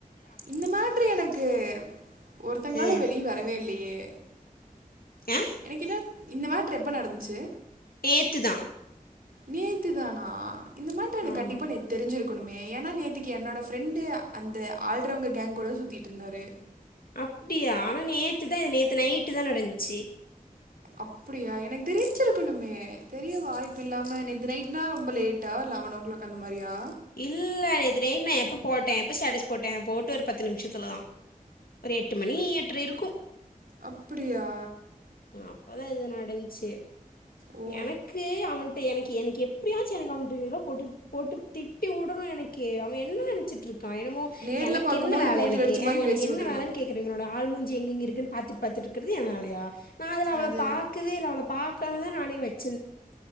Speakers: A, on the right; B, on the left.
A: இந்த மேட்ரு எனக்கு ஒருத்தங்களால
B: ம்
A: வெளிய வரவே இல்லையே
B: ஆ
A: எனக் இன்னேறத்துக் இந்த மேட்ரு எப்ப நடந்துச்சு
B: நேத்துதா
A: நேத்து தானா இந்த மேட்டர் எனக்கு
B: ஆமாம்
A: கண்டிப்பா நேத் தெரிஞ்சிருக்கணுமே ஏன்னா நேத்திக்கு என்னோடய ஃப்ரெண்டு அந்த ஆல்ரவுங்க கேங்க் கூட தா சுத்திட்டுருந்தாரு
B: அப்டியா ஆனா நேத்து தா நேத்து நைட்டு தா நடந்ச்சு
A: அப்டியா எனக்கு தெரிஞ்சிருக்கணுமே தெரிய வாய்ப்பு இல்லாம நேத்து‌ நைட்னா ரொம்ப லேட் டா லெவன்னோ க்ளோக் அந்த மாறியா
B: இல்ல நேத்து நைட் நா எப்போ போட்ட எப்போ ஸ்டேட்டஸ் போட்ட போட்டு ஒரு பத்து நிமிஷத்துல தா ஒரு எட்டு மணி எட்ற இருக்கு
A: அப்டியா
B: அப்பதா இது நடந்துச்சு
A: ஓ
B: எனக்கு அவன் எனக்கு எனக்கு எப்படியாச்சு எனக்கு அவட்டு போட்டு போட்டு திட்டி உடணும் எனக்கு அவன் என்ன நெனைச்சிட்டு இருக் கா என்னமோ
A: நேர்ல
B: எனக்கு
A: பார்க்கும்போது
B: என்ன வேல
A: மூஞ்சில
B: எனக்கு
A: அடிச்ச மாதிரி
B: ஆ எனக்கு
A: பேசி
B: என்ன
A: விட்டுறணும்
B: வேலைன்னு கேக் கற இவனோட ஆள் மூஞ்சி எங்கங்க இருக்குனு பாத்துட்டு பாத்துட்டுருக்கறது என் வேலையா நா அதுல
A: அது
B: பாக்கவே இல்ல அவள பாக்காம தா நானே வச்